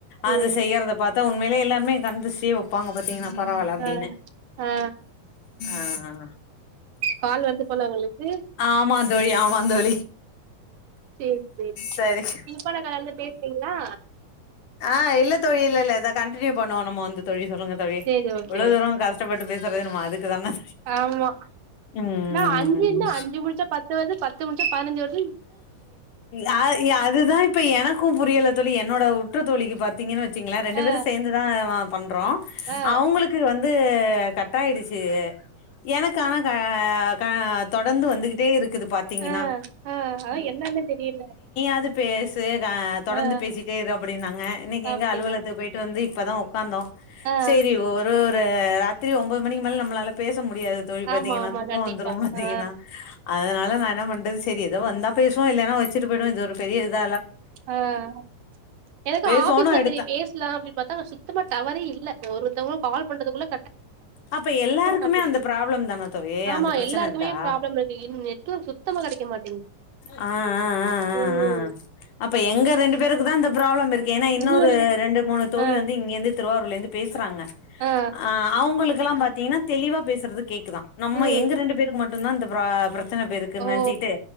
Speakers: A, on the left; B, on the right.
A: அது
B: ம்
A: செய்யறத பாத் து உண்மையிலயே எல்லாருமே கண் திருஷ்டி வெப்பாங்க பாத்தீங்கன்னா பரவால அப்டின்னு
B: ஆ ஆ
A: ஆஹ் ஆஹ்
B: கால் வருது போல உங்களுக்கு
A: ஆமா தோழி ஆமா ஆ தோழி
B: சேரி சேரி
A: சரி
B: இப்ப <unintelligible> பேசுறீங்ளா
A: ஆஹ் இல்ல தோழி இல்ல இல்ல இத கண்டினியூ பண்ணுவோ நம்ம வந்து தோழி சொல்லுங்க தோழி
B: சேரி ஓகே
A: இவ்ளோ
B: ஓகே
A: தூரம் கஷ்டப்பட்டு பேசுறது நம்ம அதுக்கு க்குதான
B: ஆமா
A: உம்
B: நா அஞ்சுன்னா அஞ்சு முடிச்சா பத்து வருது பத்து முடிச்சா பதினஞ்சு வரு
A: ஆ இ ஆ அதுதா இப்ப எனக்கு புரியல தோழி என்னோட உற்றத்தோழிக்கு பாத்தீங்கன்னு வெச்சீங்கனா ரெண்டு
B: ஆ
A: பேரும் சேந்துதா பண்றோ
B: ஆ
A: அவங்களுக்கு வந்து வந்து கட்டாஆயிடுச்சு எனக்கு ஆனா க கா தொடர்ந்து வந்துகிட்டே இருக்குது பாத்தீங்கன்னா
B: ஆ ஆ அதா என்னன்னு தெரியல
A: அது பேஸ் தொடர்ந்து
B: ஆ
A: பேசிட்டே இரு அப்பிடினாங்க இன்னிக்கு
B: அப்டியா
A: எங்க அலுவலகத்துகு போயிட்டு வந்து இப்பதா உக்காந்தோ
B: ஆ
A: சேரி ஒரு ராத்திரி ஒன்பது மணிக்கு மேல நம்மளால பேச பேச முடியாத தோழி பாத்தீங்கன்னா
B: ஆமா ஆமா
A: தூக்கம்
B: கண்டிப்பா
A: வந்துரும் பாதீங்கன்னா
B: ஆ
A: அதனால நா என்ன பன்னுறது செரி இத வந்தா பேசுவோ இல்லன்னா வெச்சுட்டு போயிடுவோ இது ஒரு பெரிய இத
B: ஆஹ் எனக்கு
A: பேசுவோன்னு
B: ஆபீஸ்ல
A: எடுத்தே
B: தெரிய பேசலா அப்டின்னு பாத்தா சுத்தமா டவரே இல் ஒருத்தவங்க கால் பண்றதுக்குள்ள
A: அப்ப எல்லாருக்குமே
B: <unintelligible>
A: அந்த ப்ராப்ளம் தானா தோழி
B: ஆமா
A: அந்த பிரச்சன
B: எல்லாருக்குமே
A: இருக்கா
B: பிராப்ளம் இருக்கு நெட்வொர்க் சுத்தமா கிடைக்கமாட்டிங்குது
A: ஆ ஆ ஆ
B: ஹ்ம்ம்
A: ஆ ஆ அப்ப எங்க ரெண்டு பேருக்கு தா அந்த ப்ராப்ளம் இருக்கு ஏன்னா இன்னொரு
B: இல்லல்ல
A: ரெண்டு மூணு தோழி
B: ஆ
A: வந்து இங்கிருந்து திருவாரூர்ல இருந்து பேசுறாங்க
B: ஆ
A: அஹ் அவங்களுக்கு ங்குளா பாத்தீங்கன்னா தெளிவா பேசுறது கேக்குதா நம்ம
B: ம்
A: எங்க ரெண்டு பேருக்கு மட் டுதா இந்த ப்ரா ப்ர எத்தன பேருக்கு
B: ஓ
A: நெனச்சகக்கிட்டு